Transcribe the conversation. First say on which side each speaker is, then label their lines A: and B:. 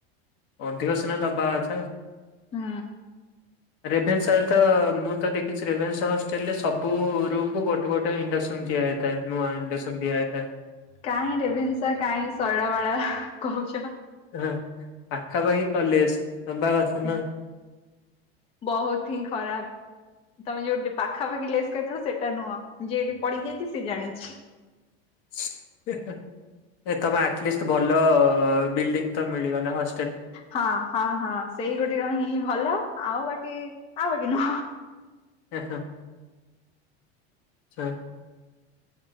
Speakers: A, on the left; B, on the left.
A: ଅଧିକ ସିନା ଦବା କଥା।
B: ହୁଁ।
A: ରେଭେନ୍ସା ରେ ତ ମୁଁ ତ ଦେଖିଛି ରେଭେନ୍ସା ହଷ୍ଟେଲରେ ସବୁ ରୁମକୁୁ ଗୋଟେ ଗୋଟେ ଇ ସମଝି ଆଏଥାଏ ନୂଆ ଇଣ୍ଡସନ ଦିଆ ହେଇଥାଏ ।
B: କାଇଁ ରେଭେନ୍ସା କାଇଁ ଶୈଳବାଳା କହୁଛ।
A: ହଁ ପାଖାପାଖି କଲେଜ ନବା କଥା
B: ହୁଁ
A: ନା।
B: <inaudible> ବହୁତୁ ହିଁ ଖରାପ ତମେ ଯୋଉଠି ପାଖାପାଖି ଲେସ୍ କହିଥିଲ ସେଟା ନୁହଁ ଯିଏ ଏଠି ପଡିଯାଇଛି ସେ ଜାଣିଛି
A: <inaudible> ଏହେ ଏ ତମେ ଆଟଲିଷ୍ଟ ଭଲ ବିଲ୍ଡିଂ ତ ମିଳିଗଲା ହ
B: ହଁ ହଁ ହଁ ସେଇ ଗୋଟିକ ହିଁ ଭଲ ଆଉ ବାକି ଆଉ ଗେ <inaudible>
A: ଏହେ <inaudible> ଆଛା ।